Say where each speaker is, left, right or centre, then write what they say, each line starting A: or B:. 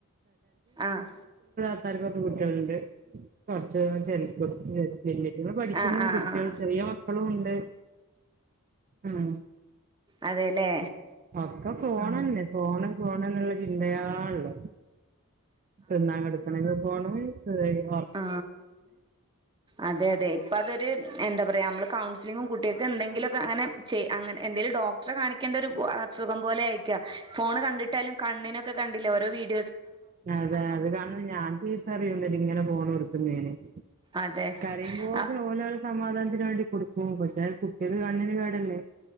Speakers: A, on the right (about 20°); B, on the right (about 35°).
A: ആഹ്
B: ത്താര്ക്കൊക്കെകുട്ടികൾുണ്ട് കൊറച്ച് <unintelligible> വല്യയ്റ്റള് പഠിക്കുന്നു
A: ആഹ് ആഹ്
B: കുട്ടികൾ
A: ആഹ്
B: ചെറിയ മി പ്പളും ഉണ്ട് ഉം
A: അതേല്ലേ
B: ഒക്കെ ഫോണല്ലേ? ഫോണ് ഫോണേ ചിന്തയ്യാള്ളു. തിന്നാ കെട്ക്കണെങ്കിൽ ഫോണ് വേണം. ഈഹ്
A: ആ. അതെ അതെ, ഇപ്പതൊരു എന്താ പറയാ അമ്മള് കൗൺസ് ലിങ്ങും കുട്ട്യേക്കെന്തെങ്കിലൊക്കെ അങ്ങനെ ചെയ്യ് അങ്ങനെ, എന്തേലും ഡോക്ടറെ കാണിക്കേണ്ടൊരു അസുഖം പോലെ ആയിരിക്കാ ഫോണ് കണ്ടിട്ടായാലും കണ്ണിനൊക്കെ കണ്ടില്ലേ ര വീട്ട്
B: അതെ അത് കാണ്ന്ന ഞാൻ ചീത്തറിയും ഇവരിങ്ങനെ ഫോണ് വിളി ക്ക്ന്നേന്
A: അതെ
B: കരയുമ്പോത്തിന്
A: അ
B: ഓല സമാധാനത്തിന് വേണ്ടി കൊടുക്കും. പക്ഷേ കുട്ടിയേക്ക് കണ്ണിന് കേടല്ലേ?